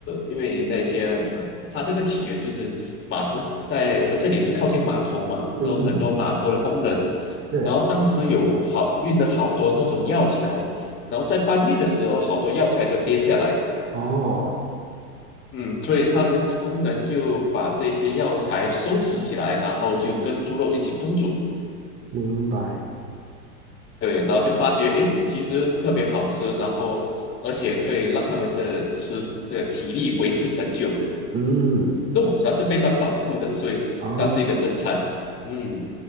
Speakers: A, on the left; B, on the right.
A: 因为那些嗯，它那个起源就是码头，在我们这里是靠近码头嘛，
B: 嗯嗯，
A: 都有很多码头的工人，
B: 是。
A: 然后当时有好运了好多那种药材，然后在搬运的时候，好多药材都跌下来，
B: 哦，
A: 嗯，所以他们工人就把这些药材收集起来，然后就跟猪肉一起烹煮。
B: 明白。
A: 对，然后就发觉，诶，其实特别好吃，然后而且可以让他们的吃的体力维持很久。
B: 嗯，
A: 肉骨茶是非常饱腹的，所以它是一个正餐。
B: 啊。
A: 嗯